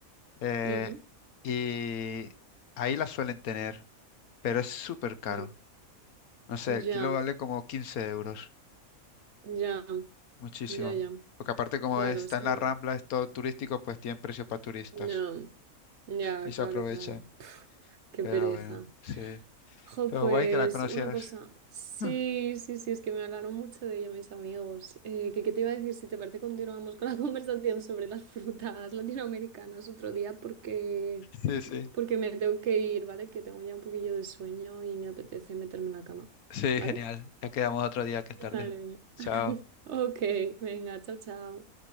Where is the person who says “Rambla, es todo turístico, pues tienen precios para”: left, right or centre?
Left